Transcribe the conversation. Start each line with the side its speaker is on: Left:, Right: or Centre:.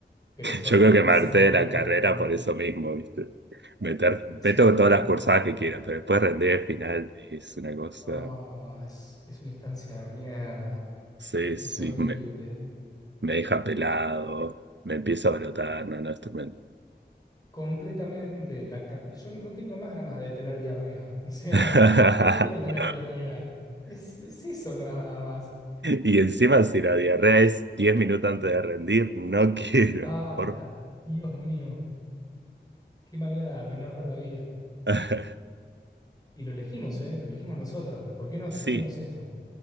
Left: Pero es
Right: Yo
Left: otra
Right: creo que
Left: cosa
Right: me harté
Left: completamente.
Right: de la carrera por eso mismo, ¿viste? Meter,
Left: Sí,
Right: meto todas las cursadas que quieras, pero después rendir al final es una cosa.
Left: Ah, es, es una instancia de mierda.
Right: Sí,
Left: Es
Right: sí,
Left: horrible.
Right: me, me deja pelado, me empiezo a brotar, no, no, es tremendo.
Left: Completamente. La, ca- yo no tengo más ganas de tener diarrea. <laughs> O sea,
Right: <laughs>
Left: no quiero tener diarrea. Es, es eso nada más.
Right: Y encima, si la diarrea es 10 minutos antes de rendir, no <laughs> quiero.
Left: Ay,
Right: Por...
Left: la, Dios mío, qué manera de arruinar la vida.
Right: favor.
Left: Y lo elegimos, ¿eh? Lo elegimos nosotros. ¿Por qué nos
Right: <laughs>
Left: hacemos esto?
Right: Sí.